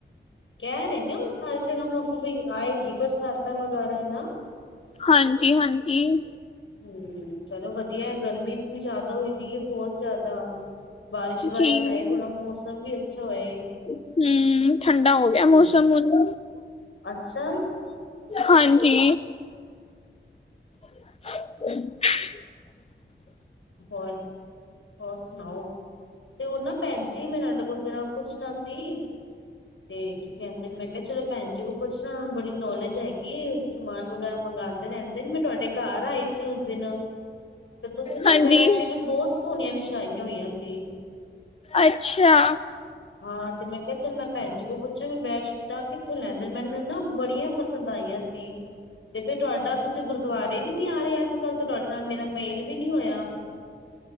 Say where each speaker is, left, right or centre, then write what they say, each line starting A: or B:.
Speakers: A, on the left; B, on the left.
A: ਕਹਿ ਰਹੇ ਨੇ, ਹੁਣ ਸਾਰੀ ਜਗ੍ਹਾ ਮੌਸਮ ਵੀ ਆਏਗੀ। ਬਰਸਾਤਾਂ ਵਗੈਰਾ ਹੈ ਨਾ
B: ਹਾਂਜੀ- ਹਾਂਜੀ।
A: ਹੂੰ, ਚਲੋ ਵਧੀਆ, ਗਰਮੀ ਇਤਨੀ ਜ਼ਿਆਦਾ ਹੋ ਦੀ ਐ ਬਹੁਤ ਜ਼ਾਦਾ। ਬਾਰਿਸ਼-
B: ਜੀ।
A: ਬਾਰਿਸ਼ ਆਏ ਥੋੜਾ ਮੌਸਮ ਵੀ ਅੱਛਾ ਹੋਏ
B: ਹੂੰ, ਠੰਡਾ ਹੋ
A: ਹੂੰ
B: ਗਿਆ ਮੌਸਮ ਹੁਣ।
A: ਅੱਛਾ।
B: ਹਾਂਜੀ। <unintelligible>
A: ਹੋਰ ਹੋਰ ਸੁਣਾਓ, ਤੇ ਉਹ ਨਾ ਭੈਣ ਜੀ ਮੈਂ ਤੁਹਾਡੇ ਕੋਲ ਜਿਹੜਾ ਉਹ ਪੁੱਛਣਾ ਸੀ। ਤੇ ਕੀ ਕਹਿੰਦੇ ਨੇ ਮੈਂ ਕਿਹਾ ਚਲੋ ਭੈਣ ਜੀ ਨੂੰ ਪੁੱਛਲੋ, ਬੜੀ ਨੌਲੇਜ ਹੈਗੀ ਏ। ਸਮਾਨ ਵਗੈਰਾ ਮੰਗਾਂਦੇ ਰਹਿੰਦੇ ਨੇ, ਮੈਂ ਤੁਹਾਡੇ ਘਰ ਆਈ ਸੀ ਉਸ ਦਿਨ। ਤੇ ਤੁਸੀਂ ਨਾ,
B: ਹਾਂਜੀ,
A: ਬੈਡਸ਼ੀਟ ਬਹੁਤ ਸੋਹਣੀਆਂ ਵਿਛਾਈਆਂ ਹੋਈਆਂ ਸੀ।
B: ਅੱਛਾ।
A: ਹਾਂ ਤੇ ਮੈਂ ਕਿਹਾ, ਚੱਲ ਮੈਂ ਭੈਣ ਜੀ ਕੋਲ ਪੁੱਛਿਆ ਵੀ ਬੈਡਸ਼ੀਟਾਂ ਕਿੱਥੋਂ ਲੈਂਦੇ ਨੇ, ਮੈਨੂੰ ਨਾ ਬੜੀਆਂ ਪਸੰਦ ਆਈਆਂ ਸੀ। ਤੇ ਫੇਰ ਤੁਹਾਡਾ, ਤੁਸੀਂ ਗੁਰਦੁਆਰੇ ਵੀ ਨੀ ਆ ਰਹੇ ਅੱਜ- ਕੱਲ੍ਹ, ਤੇ ਤੁਹਾਡੇ ਨਾਲ ਮੇਰਾ ਮੇਲ ਵੀ ਨਹੀ ਹੋਇਆ।